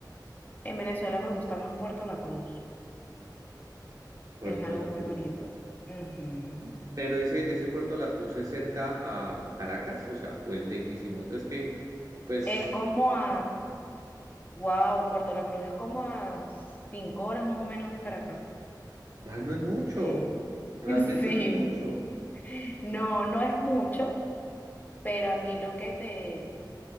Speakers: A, on the left; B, on the right.
A: En Venezuela me gusta más Puerto La Cruz.
B: Puerto
A: Es algo
B: La
A: muy
B: Cruz.
A: bonito. Ujú.
B: Pero ese, ese Puerto La Cruz es cerca a Caracas, o sea, o es lejísimo. Es que, pues,
A: Es como a, wow, Puerto La Cruz es como a cinco horas más o menos de Caracas.
B: ah, no es mucho,
A: Sí. <laughs>
B: realmente
A: Sí.
B: no es mucho.
A: No, no es mucho, pero aquí lo que te,